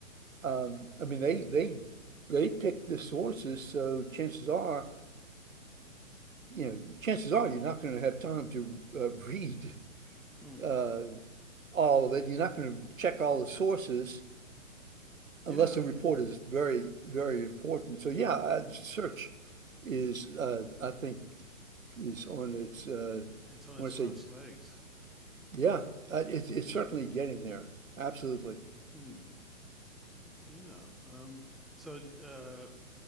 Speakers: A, on the right (about 80°); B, in the centre.
A: um, I mean, they they they pick the sources, so chances are you know, chances are you're not going to have time to uh, <laughs> read
B: Mm,
A: uh, all of it. You're not going to check all the sources
B: yeah.
A: unless the report is very, very important. So yeah, I- search is uh, I think is on its. Uh,
B: It's on
A: I
B: its
A: want
B: last
A: to say
B: legs.
A: yeah, uh, it's
B: Mm,
A: it's certainly getting there. Absolutely.
B: mm, yeah. Um, so d- uh,